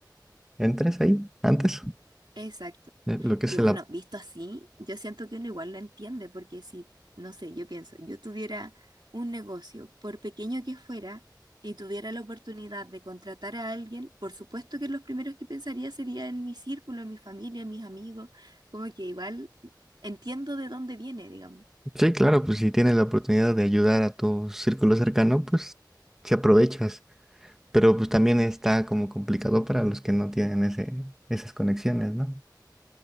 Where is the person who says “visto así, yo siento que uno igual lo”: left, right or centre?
Right